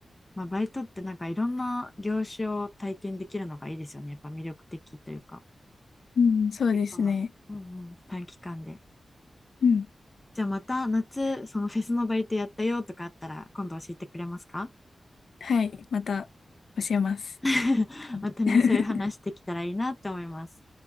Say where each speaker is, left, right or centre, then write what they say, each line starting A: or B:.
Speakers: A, on the left; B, on the left.
A: まあ、バイトってなんかいろんな業種を体験できるのがいいですよね。やっぱ魅力的というか。
B: うん。そうですね。
A: てか、うんうん、短期間で。
B: うん。
A: じゃあまた夏、そのフェスのバイトやったよとかあったら今度教えてくれますか
B: はい。また教えます。
A: <laughs> またね、
B: <laughs>
A: そういう話できたらいいなって思います。